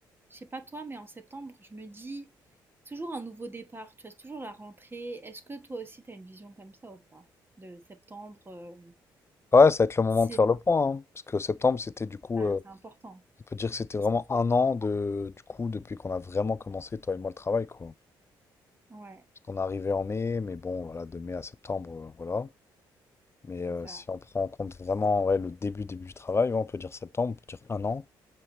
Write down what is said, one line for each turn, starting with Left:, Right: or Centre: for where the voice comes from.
Right: je sais pas toi, mais en septembre je me dis toujours un nouveau départ, tu vois, c'est toujours la rentrée. Est-ce que toi aussi t'as une vision comme ça ou pas? De septembre, euh,
Left: Ouais, ça va être le moment
Right: c'est
Left: de faire le point, hein, parce que septembre, c'était du coup,
Right: ah,
Left: euh,
Right: c'est important,
Left: on peut dire que c'était vraiment
Right: c'est important.
Left: un an de, du coup, depuis qu'on a vraiment commencé, toi et moi, le travail, quoi.
Right: Ouais,
Left: Parce qu'on est arrivé en mai, mais bon, voilà, de mai à septembre, euh, voilà. Mais
Right: c'est
Left: euh,
Right: ça.
Left: si on prend en compte vraiment ouais, le début, début du travail, ouais, on peut dire septembre, on peut dire un an.